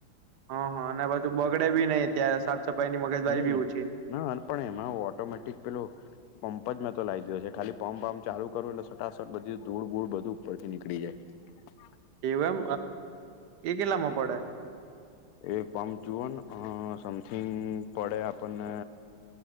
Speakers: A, on the right; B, on the left.
A: હ હા અને પાછું બગડે બી નઈ ત્યારે સાફ સફાઈ ની મગજબારી
B: હમ
A: બી ઓછી.
B: ના પણ એમાં ઓટોમેટિક પેલું. પંપ જ મેં તો લીધયો છે ખાલી પંપંપ ચાલુ કરું એટલે સટાસટ બધું ધૂળ ધૂળ બધું ઉપરથી નીકળી જાય. હા.
A: એમ એ કેટલામાં પડે.
B: એ પમ્પ જુઓ ને સમથીિંગ પડે આપણને.